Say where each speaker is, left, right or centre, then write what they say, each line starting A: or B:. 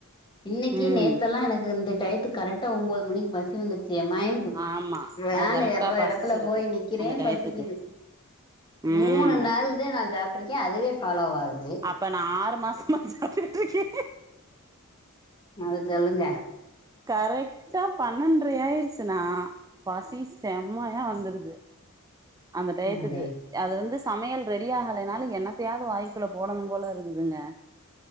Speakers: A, on the left; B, on the right.
A: இன்னக்கி
B: ம்
A: நேத்தெல்லா எனக்கு இந்த டயத்து கரெடா ஒன்பது மணிக்கு பசி வந்துருச்சு ஏ மைனுக்
B: ஆமா
A: வேன்
B: அது கரெக்டா
A: ஏர்ற
B: பசிச்சிருது
A: எடத்துல போய் நிக்கிறே
B: அந்த டயத்துக்கு
A: பசிக்குது மூணு
B: ம்
A: நாள் தா நா சாப்ட்ருக்கே அதுவே ஃபாலோ ஆகுது
B: அப்ப நா ஆறு மாசமா சாப்டுட்ருக்கே
A: அது சொல்லுங்க
B: கரெக்டா பன்னெண்ரை ஆயிடுச்சுண்ணா பசி செம்மையா வந்துருது அந்த டயத்துக்கு
A: அதே
B: அதுலந்து சமையல் ரெடி ஆகலைனாலு என்னத்தையாவது வாய்குல்ல போடணும் போல இருக்குதுங்க